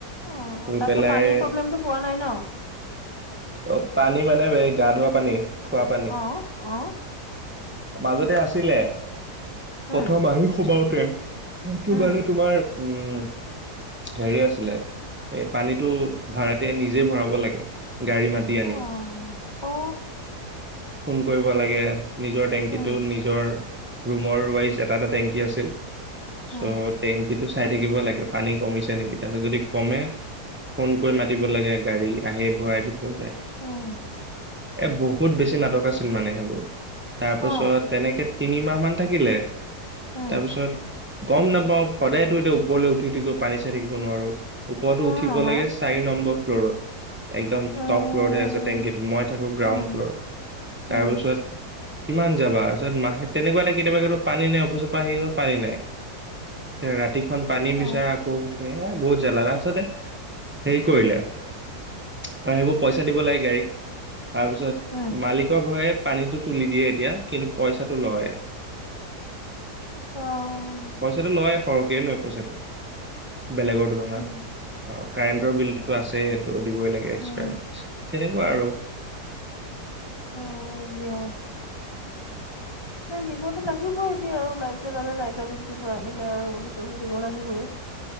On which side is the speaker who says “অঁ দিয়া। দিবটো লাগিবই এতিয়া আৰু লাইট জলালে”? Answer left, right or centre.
Left